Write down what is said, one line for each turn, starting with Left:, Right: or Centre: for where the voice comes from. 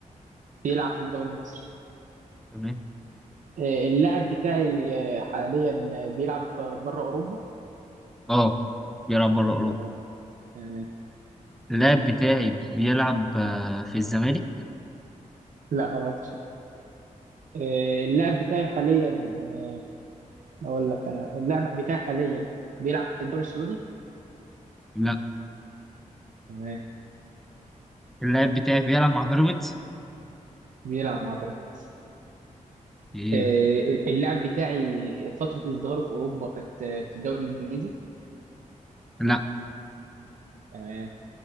Right: بيلعب في الدوري المصري
Centre: تمام
Right: آه اللاعب بتاعي آه حاليا آه، بيلعب بره أوروبا
Centre: اه بيلعب بره أوروبا
Right: تمام تمام
Centre: اللاعب بتاعي بيلعب آه، في الزمالك
Right: لا برضه آه اللاعب بتاعي حاليا آه أقول لك أنا اللاعب بتاعي حاليا بيلعب في الدوري السعودي
Centre: لا
Right: تمام
Centre: اللاعب بتاعي بيلعب مع بيراميدز
Right: بيلعب مع بيراميدز
Centre: ايه
Right: آه، اللاعب بتاعي فترة إصداره في أوروبا كانت آه، في الدوري الإنجليزي
Centre: لا
Right: آه،